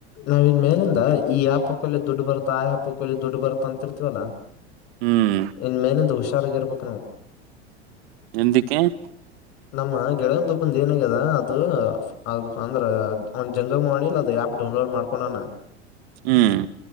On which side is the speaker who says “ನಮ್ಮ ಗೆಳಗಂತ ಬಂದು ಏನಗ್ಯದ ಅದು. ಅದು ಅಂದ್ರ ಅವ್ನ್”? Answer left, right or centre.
Left